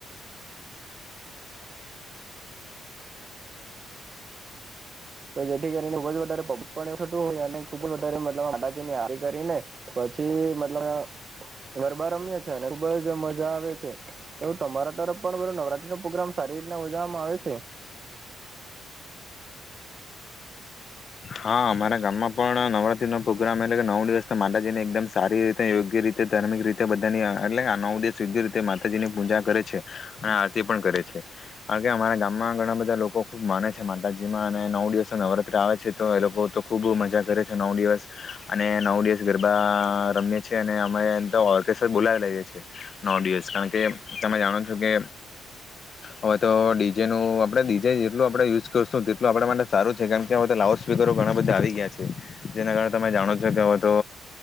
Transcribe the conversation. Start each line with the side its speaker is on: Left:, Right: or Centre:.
Right: જેથી વધ વધારે પબ્લિક પણ થતું હોઈ ને ખૂબ વધારે મતલબ જેમ એ આરી કરીને પછી મતલબ અહ ગરબા રમીએ છે અને ખુબ જ મજા આવે છે એવ તમારા તરફ પણ બ નવરાત નો પ્રોગ્રામ સારી રીતના મજામાં આવે છે?
Left: હા અમારા ગામમાં પણ નવરાત્રી નો પ્રોગ્રામ એટલે કે નવ દિવસ તો માતાજીને એકદમ સારી રીતે યોગ્ય રીતે ધાર્મિક રીતે બધાની એટલે કે આ નવ દિવસ યોગ્ય રીતે માતાજીની પૂજા કરે છે, અને આરતી પણ કરે છે. કારણ કે અમારા ગામમાં ઘણા બધા લોકો ખૂબ માને છે માતાજીમાં અને નવ દિવસ તો નવરાતત્રી આવે છે તો એ લોકો તો ખૂબ મજા કરે છે નવ દિવસ અને નવ દિવસ ગરબા રમીએ છ છીએ અને અમે એ તો ઓર્કેસ્ટર બોલાવી લઈએ છીએ નવ દિવસ કારણ કે તમે જાણો છો કે હવે તો ડીજેનું આપણે ડીજે જેટલું આપણે યુઝ કરશું તેટલું આપણા માટે સારું છે કારણ કે હવે તો લઉ સ્પીકરો ઘણા બધા આવી ગયા છે. જેના કારણે તમે જાણો છો કે તો